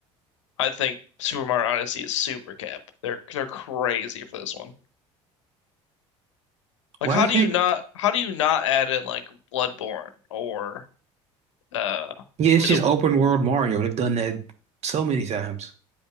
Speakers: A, on the left (about 75°); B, on the right (about 45°).
A: I think Super Mario Odyssey is super cap. They're they're crazy for this one. Like,
B: Why
A: how
B: the heck?
A: do you not how do you not add in like Bloodborne or uh
B: Yeah, it's
A: I mean
B: just
A: the
B: open world Mario. They've done that so many times.